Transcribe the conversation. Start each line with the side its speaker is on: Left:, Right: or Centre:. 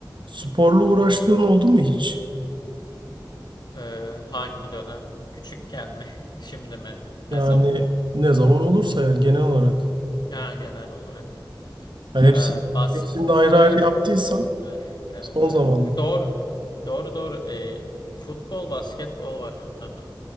Right: Sporla uğraştığın oldu mu hiç?
Left: Ee, hangi dönem? Küçükken mi? <laughs> Şimdi mi? Ne
Right: Yani
Left: zaman?
Right: ne zaman olursa yani genel olarak.
Left: Ha, genel olarak.
Right: Yani hepsi,
Left: Ee, bas
Right: hepsini de ayrı
Left: evet.
Right: ayrı yaptıysan
Left: Eh, Evet,
Right: son
Left: evet.
Right: zamanda.
Left: Doğru. Doğru doğru. Ee, futbol, basketbol var. Aha,